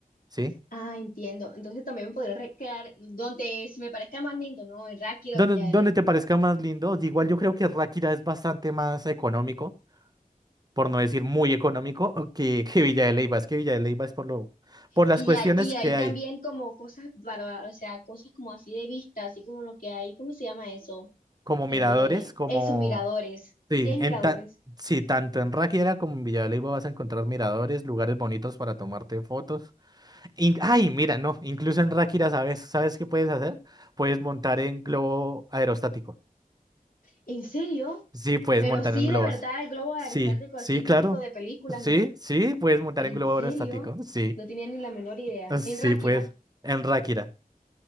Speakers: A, on the right; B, on the left.
A: ¿sí?
B: Ah, entiendo. Entonces también me podría recrear donde se me parezca más lindo, ¿no? En Ráquira
A: Donde,
B: o en Villa
A: donde
B: de Leyva.
A: te parezca más lindo, igual yo creo que Ráquira es bastante más económico, por no decir muy económico, que, que Villa de Leyva, es que Villa de Leyva es por lo, por las
B: Y
A: cuestiones
B: ahí, y ahí
A: que
B: también
A: hay,
B: como cosas, para, o sea, cosas como así de vista, así como lo que hay, ¿cómo se llama eso?
A: como
B: Eh,
A: miradores, como,
B: eso, miradores.
A: sí,
B: Sí hay miradores.
A: en ta- sí, tanto en Ráquira como en Villa de Leyva vas a encontrar miradores, lugares bonitos para tomarte fotos, In- Ay, mira, no, incluso en Ráquira, ¿sabes? ¿Sabes qué puedes hacer? Puedes montar en globo aerostático.
B: ¿En serio?
A: Sí, puedes
B: Pero
A: montar
B: sí,
A: en globos.
B: de verdad, el globo aerostático
A: Sí,
B: así
A: sí,
B: típico
A: claro.
B: de películas,
A: Sí,
B: ¿no?
A: sí, puedes montar
B: ¿En
A: en globo
B: serio?
A: aerostático. Sí,
B: No tenía ni la menor idea.
A: Ah, sí,
B: En Ráquira.
A: pues, en Ráquira.